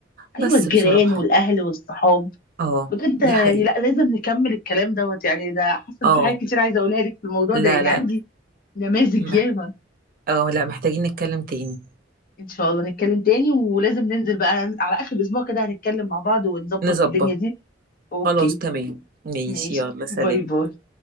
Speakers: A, on the left (about 50°); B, on the right (about 50°).
A: ايوه
B: بس
A: الجيران
B: بصراحة
A: والاهل والصحاب
B: اه
A: بجد
B: دي
A: يعني
B: حقيقة
A: لا لازم نكمل الكلام دوت يعني ده حاسه
B: اه
A: إن في حاجات كتير عايزه اقولها لك في الموضوع
B: لا
A: ده لان
B: لا
A: عندي نماذج
B: مح-
A: ياما
B: اه لا محتاجين نتكلم تاني
A: ان شاء الله نتكلم تاني ولازم ننزل بقى على اخر الاسبوع كده هنتكلم مع بعض ونظبط
B: نظبط
A: الدنيا دي اوكي
B: خلاص تمام ماشي
A: ماشي
B: يلا سلام
A: باي باي